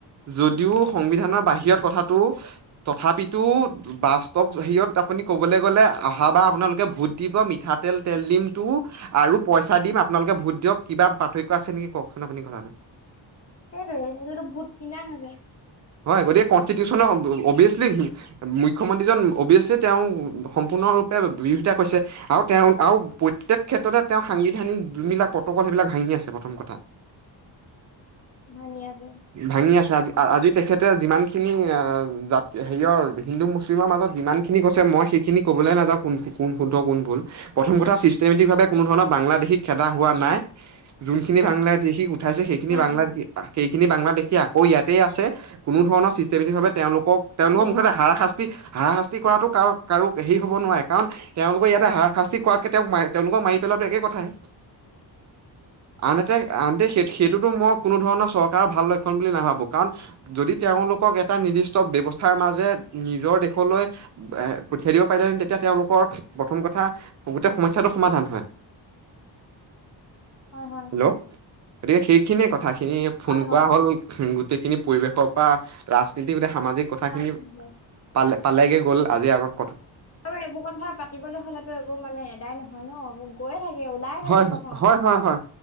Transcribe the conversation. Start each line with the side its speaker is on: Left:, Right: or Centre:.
Right: যদিও সংবিধানৰ বাহিৰত কথাটো তথাপিতো বা ষ্টপ হেৰিত আপুনি ক'বলৈ গ'লে অহ বা আপোনালোকে ভোট দিব মিঠাতেল তেল দিমটো আৰু পইচা দিম আপোনালোকে ভোট দিয়ক কিবা পাৰ্থক্য কিবা আছে নেকি? কওক, এনেও আপুনি ঘৰতে
Left: সেইটোৱে এইটোতো ভূত কিনা হে যায়।
Right: হয় গতিকে কনষ্টিটিউচনৰ অভিয়াচলি, মুখ্যমন্ত্ৰীজন অভিয়াছলি, তেওঁ সম্পূৰ্ণৰূপে বিৰোধিতা কৰিছে আৰু তেওঁ প্ৰত্যেক ক্ষেত্ৰতে সাংবিধানিক যিবিলাক প্ৰট'কল, সেইবিলাক ভাঙি আছে আৰু প্ৰথম কথা
Left: ভাঙি আছে
Right: ভাঙি আছোঁ আজি, আজি তেখেতে যিমানখিনি আ, জাত হেৰিয়ৰ হিন্দু, মুছলিমৰ মাজত যিমানখিনি কৈছে মই সেইখিনি ক'বলৈ নাযাওঁ কোন শুদ্ধ কোন ভুল প্ৰথম কথা চিষ্টেমেটিকভাৱে কোনো ধৰণৰ বাংলাদেশী খেদা হোৱা নাই যোনখিনি বাংলাদেশী উঠাইছে সেইখিনি
Left: নাই
Right: বাংলাদেশী-সেইিখিনি
Left: হোৱা
Right: বাংলাদেশ সেই আকৌ ইয়াতেই আছে, কোনো ধৰণৰ চিষ্টেমেটিকভাৱে তেওঁলোক কক তেওঁলোকৰ
Left: ইয়াতে
Right: মুঠতে হাৰাশাস্তি, হাৰাশাস্তি কৰাটো কাৰ, কাৰো হেৰি হ'ব নোৱাৰে কাৰণ তেওঁলোকে ইয়াতে হাৰশাস্তি কৰাতকে তেওঁক, তেওঁলোকক মাৰি পেলোৱাটো একে কথাই। আনহাতে, আনহাতে সেই, সেইটোতো মই কোনো ধৰণৰ চৰকাৰৰ ভাল লক্ষণ বুলি নাভাবোঁ কাৰণ যদি তেওঁলোকক এটা নিৰ্দিষ্ট ব্যৱস্থাৰ মাজে নিজৰ দেশলৈ এ, পঠিয়াই দিব পাৰিলেহেঁতেন তেতিয়া, তেওঁলোকৰ প্ৰথম কথা গোটেই সমস্যাটো সমাধান হয়।
Left: হয়, হয়।
Right: হেল্ল, গতিকে সেইখিনিয়ে কথ কথাখিনি ফোন
Left: হয়
Right: কৰা
Left: হয়
Right: হ'ল গোট গোটেইখিনি পৰিৱেশৰ পৰা ৰাজনীতি গোটেই সামাজিক কথাখিনি
Left: তাকেহে।
Right: পালে পালেগে গ'ল আজি আকৌ
Left: আৰু এইবোৰ কথা পাতিবলৈ হ'লেতো এইবোৰ মানে এদাই নহয় ন? গৈ থাকে ওলাই থাকে
Right: হয় হয়
Left: কথা।
Right: হয় হয় হয়।